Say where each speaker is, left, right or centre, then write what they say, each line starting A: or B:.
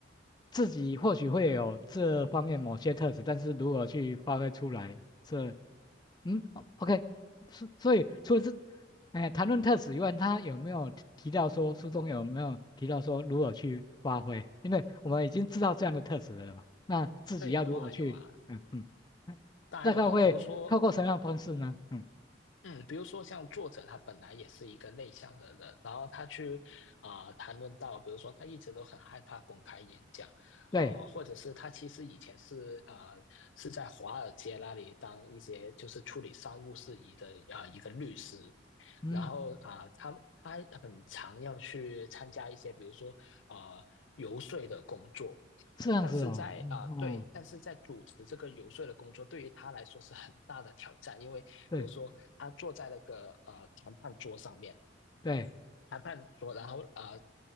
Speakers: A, on the left (about 20°); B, on the left (about 80°).
A: 自己或许会有这方面某些特质，但是如何去发挥出来，这嗯哦，OK，所所以除了这，哎，谈论特质以外，他有没有提提到说书中有没有提到说如何去发挥？因为我们已经知道这样的特质了嘛，那自己要如何去，
B: 对，有啊有啊，
A: 嗯嗯，嗯大概会透过什么样的方式呢？
B: 当然有啊。比如说，
A: 嗯，
B: 嗯，比如说像作者他本来也是一个内向的人，然后他去啊、呃谈论到，比如说他一直都很害怕公开演讲，
A: 对，
B: 或、呃、或者是他其实以前是呃是在华尔街那里当一些就是处理商务事宜的啊、呃一个律师，
A: 嗯，
B: 然后啊、呃他他很常要去参加一些，比如说呃游说的工作，
A: 是这样子哦，
B: 但是在啊、
A: 嗯嗯，
B: 呃对，但是在主持这个游说的工作，对于他来说是很大的挑战，因为比如说他坐在那个呃谈判桌上面。
A: 对对，
B: 谈判说，然后啊